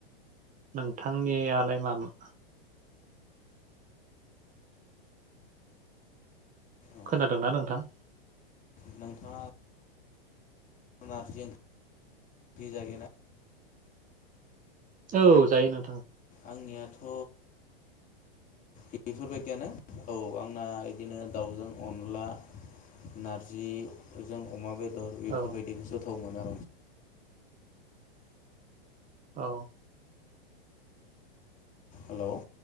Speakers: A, on the right; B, on the left.
A: नोंथांनियालाय मामोन?
B: औ
A: खोनादोंना नोंथां?
B: नोंथाङा? नारजि ओंख्रिर जायोना?
A: औ जायो नों
B: आंनियाथ' बेफोरबायदियानो औ आंना इदिनो दाउजों अनला नारजिजों अमा बेदर बेदर बेफोरबायदिखौसो
A: औ
B: थाव मोनो आं।
A: औ।
B: हेल'?